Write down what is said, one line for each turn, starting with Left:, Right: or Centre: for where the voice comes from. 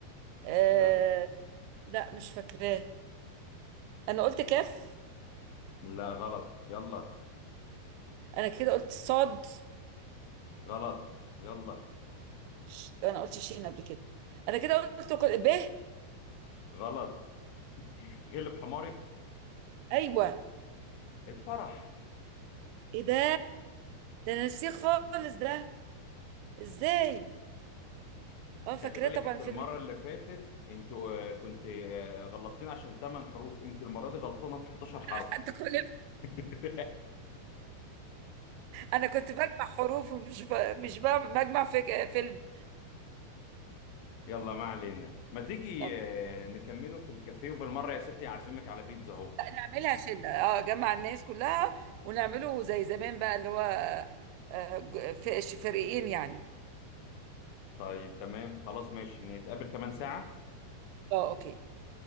Right: آه
Left: لا
Right: لا مش فاكراه انا قلت كاف
Left: لا غلط يلا
Right: انا كده قلت صاد
Left: غلط يلا
Right: ش... انا قلت شين قبل كده انا كده قلت كل... ب
Left: غلط <laughs> غلب حماري
Right: ايوه
Left: الفرح
Right: ايه ده ده انا نسيه خالص ده ازاي اه فاكراه
Left: خلي بالك
Right: طبعا
Left: انت
Right: فيلم
Left: المره اللي فاتت انتوا آه، كنت آه، غلطتين عشان 8 حروف انت المره دي غلطانه في 11 حرف
Right: <laughs> انت كل
Left: <laughs>
Right: انا كنت بجمع حروف مش ب... مش بعمل- بجمع في فيلم
Left: يلا ما علينا ما تيجي
Right: طب
Left: آه، نكمله في الكافيه وبالمره يا ستي اعزمك على بيتزا اهو
Right: نعملها شله اه جمع الناس كلها ونعمله زي زمان بقى اللي هو آه، ج- في فريقين يعني
Left: طيب تمام خلاص ماشي نتقابل كمان ساعه
Right: اه اوكي